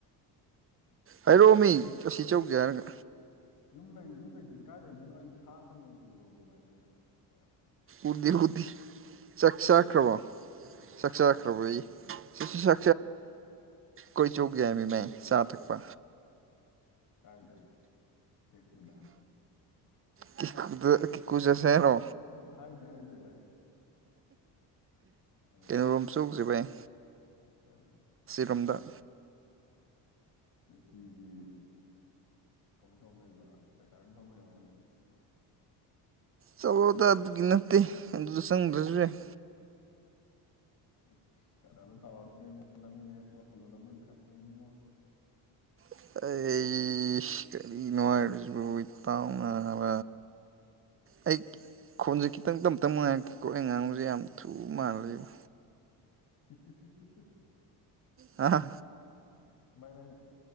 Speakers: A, on the right; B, on the left.
A: ꯍꯥꯏꯔꯛꯑꯣꯃꯤ ꯑꯁꯤ ꯆꯧꯁꯦ ꯍꯥꯏꯔꯒ
B: ꯌꯨꯝ ꯂꯩ ꯌꯨꯝ ꯂꯩꯇꯗꯤ ꯀꯥꯏ ꯂꯩꯗꯣꯏꯅꯣ ꯑꯩꯕꯨ ꯁꯥ ꯁꯟ ꯑꯣꯏꯅ ꯎꯔꯨꯔꯕ ꯚꯥꯏ ꯅꯪꯅ ꯁꯦꯁ
A: ꯎꯗꯦ ꯎꯗꯦ ꯆꯥꯛ ꯆꯥꯈ꯭ꯔꯕꯣ ꯆꯥꯛ ꯆꯥꯈ꯭ꯔꯕꯣ ꯑꯩ ꯁ ꯁꯁꯥ ꯀꯣꯏ ꯆꯨꯞꯄ ꯃꯤ ꯃ ꯁꯥ ꯊꯛꯄ
B: ꯀꯥꯏꯗ ꯀꯕꯨꯗꯥ
A: ꯀꯤꯨꯗ ꯀꯤꯀꯨꯁꯁꯦꯅꯣ
B: ꯑꯣ ꯍꯥꯏꯗꯦ ꯍꯥꯏꯥꯏꯗꯤꯦ ꯚꯥꯏ ꯍꯅꯤ
A: ꯔ ꯔꯨꯝ ꯆꯣꯛꯖꯤꯥꯏ
B: ꯑ
A: ꯔꯝꯗꯥ
B: ꯆꯦꯠꯆꯒꯤ ꯀꯣꯐꯤ ꯁꯣꯞ ꯂꯩꯕ꯭ꯔꯥ ꯄꯩꯁꯥꯕꯤ ꯏꯐꯝꯥꯔꯝꯒꯅꯤ
A: ꯆꯠꯂꯣꯗ ꯑꯗꯨꯒꯤ ꯅꯠꯇꯦ ꯑꯗꯨꯗ ꯆꯪꯗ꯭ꯔꯁꯨ ꯌꯥꯏ
B: ꯀꯗ ꯇꯔꯕꯨ ꯈꯉꯨꯡ
A: ꯑꯩ ꯅꯔ ꯇ ꯑꯩ ꯈꯣꯟꯁꯦ ꯈꯤꯇꯪ ꯇꯞꯇꯞ ꯃꯉꯥꯏꯔꯛꯛꯇꯦꯀꯣ ꯑꯩ ꯉꯥꯡꯨꯁꯦ ꯌꯥꯝ ꯊꯨ ꯃꯥꯜꯂꯤꯕ
B: <unintelligible>
A: ꯑ
B: <unintelligible> ꯚꯥꯏ ꯅꯪ